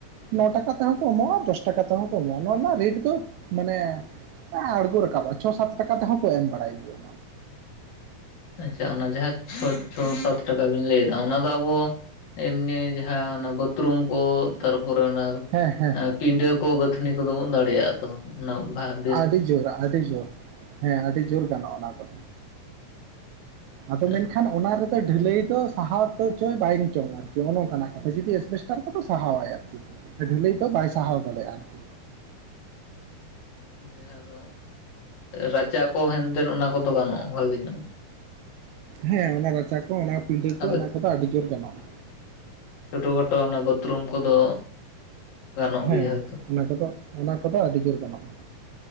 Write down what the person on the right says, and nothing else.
ᱱᱚ ᱴᱟᱠᱟ ᱛᱮᱦᱚᱸ ᱠᱚ ᱮᱢᱚᱜᱼᱟ ᱫᱚᱥ ᱴᱟᱠᱟ ᱛᱮᱦᱚᱸ ᱠᱚ ᱮᱢᱚᱜᱼᱟ ᱱᱚᱣᱟ ᱨᱮᱱᱟᱜ ᱨᱮᱴ ᱫᱚ ᱢᱟᱱᱮᱼᱼ ᱟᱬᱜᱚ ᱨᱟᱠᱟᱵ ᱪᱷᱚ ᱥᱟᱛ ᱴᱟᱠᱟ ᱛᱮᱦᱚᱸ ᱠᱚ ᱮᱢ ᱵᱟᱲᱟᱭ ᱜᱮᱭᱟ᱾
ᱦᱮᱸ ᱦᱮᱸ
ᱟᱹᱰᱤ ᱡᱳᱚᱨ ᱟᱹᱰᱤ ᱡᱳᱨᱼᱼ ᱦᱮᱸ ᱟᱹᱰᱤ ᱡᱳᱨ ᱜᱟᱱᱚᱜᱼᱟ ᱚᱱᱟ ᱫᱚ
ᱟᱫᱚ ᱢᱮᱱᱠᱷᱟᱱ ᱚᱱᱟ ᱨᱮᱫᱚᱼᱼ ᱰᱷᱟᱹᱞᱟᱹᱭ ᱫᱚ ᱥᱟᱦᱟᱣ ᱛᱚ ᱪᱚᱭ ᱵᱟᱝ ᱪᱚᱝᱟ ᱟᱨᱠᱤ ᱚᱱᱮ ᱱᱚᱠᱟᱱᱟᱜ ᱠᱟᱛᱷᱟ ᱡᱩᱫᱤ ᱮᱥᱵᱮᱥᱴᱟᱨ ᱠᱚᱫᱚ ᱥᱟᱦᱟᱣᱟᱭ ᱟᱨᱠᱤ, ᱰᱷᱟᱹᱞᱟᱹᱭ ᱫᱚ ᱵᱟᱭ ᱥᱟᱦᱟᱣ ᱫᱟᱲᱮᱭᱟᱜᱼᱟ ᱟᱨᱠᱤ
ᱦᱮᱸ ᱚᱱᱟ ᱨᱟᱪᱟ ᱠᱚ ᱚᱱᱟ ᱯᱤᱰᱟᱹ ᱠᱚ
ᱚᱱᱟ ᱠᱚᱫᱚ ᱟᱹᱰᱤ ᱡᱳᱨ ᱜᱟᱱᱚᱜᱼᱟ
ᱦᱮᱸ
ᱚᱱᱟ ᱠᱚᱫᱚ ᱚᱱᱟ ᱠᱚᱫᱚ ᱟᱹᱰᱤ ᱡᱳᱨ ᱜᱟᱱᱚᱜᱼᱟ᱾